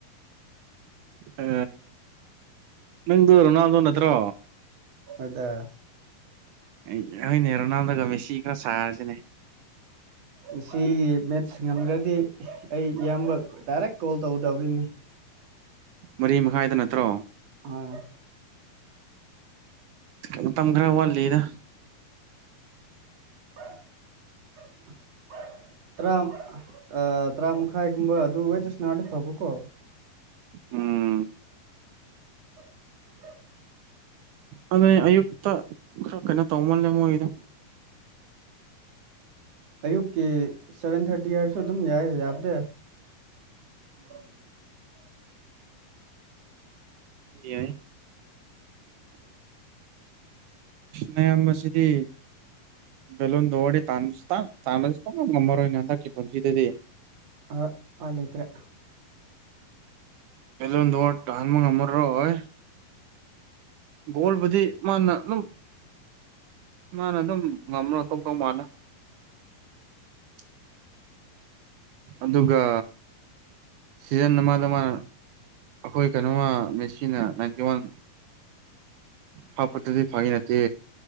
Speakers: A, on the right; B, on the right.
A: ꯑ ꯅꯪꯗꯨ ꯔꯣꯅꯥꯜꯗꯣ ꯅꯠꯇ꯭ꯔꯣ
B: ꯑꯗ
A: ꯑꯩ ꯍꯣꯏꯅꯦ ꯔꯣꯅꯥꯜꯗꯣꯒ ꯃꯦꯁꯤꯒ ꯁꯥꯔꯥꯁꯤꯅꯦ
B: ꯉꯁꯤꯒꯤ ꯃꯦꯠꯁ ꯉꯝꯗ꯭ꯔꯗꯤ ꯑꯩ ꯏꯌꯥꯝꯕ ꯗꯥꯏꯔꯦꯛ ꯀꯣꯜ ꯇꯧꯗꯕꯤꯅꯦ
A: ꯃꯔꯤ ꯃꯈꯥꯏꯗ ꯅꯠꯇ꯭ꯔꯣ
B: ꯑꯥ
A: ꯃꯇꯝ ꯈꯔ ꯋꯥꯠꯂꯤꯌꯦꯗꯥ
B: <inaudible> ꯇꯔꯥ ꯑ ꯇꯔꯥ ꯃꯈꯥꯏꯒꯨꯝꯕ ꯑꯗꯨ ꯋꯥꯏꯗ ꯁꯥꯟꯅꯔꯗꯤ ꯐꯕꯀꯣ
A: ꯎꯝ
B: <unintelligible>
A: ꯑꯗꯨ ꯑꯌꯨꯛꯇ ꯈꯔ ꯀꯩꯅꯣ ꯇꯧꯃꯜꯂꯦ ꯃꯣꯏꯒꯤꯗꯣ
B: ꯑꯌꯨꯛꯀꯤ ꯁꯦꯚꯦꯟ ꯊꯥꯔꯇꯤ ꯍꯥꯏꯔꯁꯨ ꯑꯗꯨꯝ ꯌꯥꯏ ꯌꯥꯕꯗꯤ <inaudible>
A: ꯌꯥꯌꯦ ꯅꯌꯥꯝꯕꯁꯤꯗꯤ ꯕꯦꯂꯣꯟ ꯗꯣꯔ ꯗ ꯇꯥꯟꯕꯁꯨ ꯇꯥꯛ ꯇꯥꯟꯕꯁꯨ ꯉꯝꯃꯔꯣꯏꯅꯦ ꯍꯟꯗꯛꯀꯤ ꯄꯨꯟꯁꯤꯗꯗꯤ
B: ꯑ ꯄꯥꯏꯂꯩꯇ꯭ꯔꯦ
A: ꯕꯦꯂꯣꯟ ꯗꯣꯔ ꯇꯥꯝꯕ ꯉꯝꯃꯔꯣꯏ ꯒꯣꯜꯕꯨꯗꯤ ꯃꯥꯅ ꯑꯗꯨꯝ ꯃꯥꯅ ꯑꯗꯨꯝ ꯉꯝꯅ ꯇꯧꯇꯧꯃꯥꯜꯂꯦ
B: <inaudible>
A: ꯑꯗꯨꯒ ꯁꯤꯖꯟ ꯑꯃꯗ ꯃꯥ ꯑꯩꯈꯣꯏ ꯀꯩꯅꯣꯃ ꯃꯦꯁꯤꯅ ꯅꯥꯏꯟꯇꯤ ꯋꯥꯟ ꯍꯥꯄꯠꯇꯗꯤ ꯐꯒꯤ ꯅꯠꯇꯦ